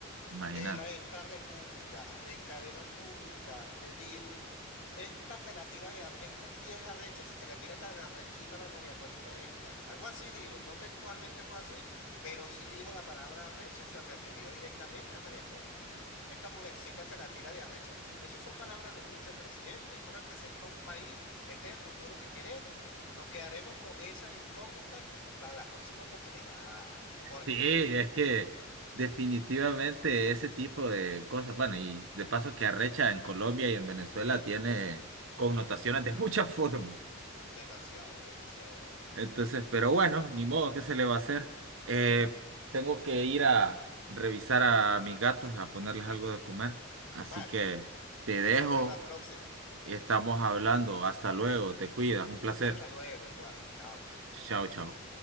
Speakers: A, on the right; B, on the left.
A: Imagínate.
B: de la, esta república en cadena pública, le dijo. Esta se la tira de arre- esta sí es arrecha, si se la tira tan arrechita la María Corina esta. Algo así dijo, no textualmente fue así, pero sí dijo la palabra arrecha y se refirió directamente a María Corina. Esta mujercita se la tira de arrecha. Esas son palabras de un vicepresidente. Esto representa un país. Este es el futuro que queremos. Nos quedaremos con esas incógnitas para la próxima oportunidad. Jorge,
A: Sí, es que definitivamente ese tipo de cosas, bueno, y de paso que arrecha en Colombia y en Venezuela tiene connotaciones de muchas formas.
B: demasiado, demasiado de verdad.
A: Entonces, pero bueno, ni modo, ¿qué se le va a hacer? Eh, tengo que ir a revisar a mis gatos, a ponerles algo de comer. Así
B: Vale,
A: que te
B: conversamos
A: dejo
B: en la próxima.
A: y estamos hablando. Hasta luego, te cuidas, un placer.
B: Hasta luego, igual. Chao, pues.
A: Chao, chao.